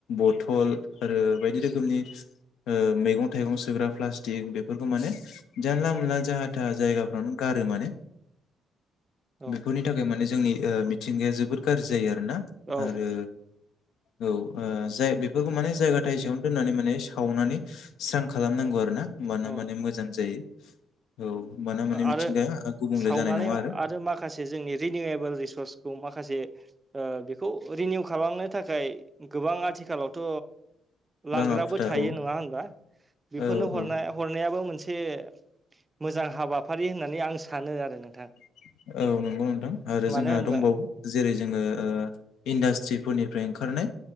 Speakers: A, on the left (about 80°); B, on the right (about 20°).
A: बथल आरो बायदि रोखोमनि ओ मैगं-थाइगं सुोग्रा प्लास्टिक बेफोरखौ माने जानला मोनला जाहाथे था जायगाफ्रावनो गारो माने
B: औ
A: बेफोरनि थाखाय माने जोंनि ओ मिथिंगाया जोबोद गाज्रि जायो आरोना
B: औ
A: आरो औ जाय बेफोरखौ माने जायगा थाइसेयावनो दोननानै माने सावनानै स्रां खालामनांगौ आरो ना होमबानो
B: औ
A: माने मोजां जायो। औ होमबाना माने
B: आरो
A: मिथिंगाया गुबुंले
B: सावनानै
A: जानाय नङा
B: आरो मा माखासे जोंनि रिनिउयेबोल रिसर्सखौ माखासे बेखौ रिनिउ खालामनो थाखाय गोबां आथिखालावथ' लांग्राबो
A: बाङा फुथा
B: थायो
A: औ
B: नङा होनबा बेफोरनो
A: औ
B: हरना
A: औ
B: हरनायाबो मोनसे मोजां हाबाफारि होननानै आं सानो आरो नोंथां
A: औ नंगौ नोंथां आरो
B: मानो
A: जोंहा
B: होनबा
A: दंबावो जेरै जोङो इन्डास्ट्रिफोरनिफ्राय ओंखारनाय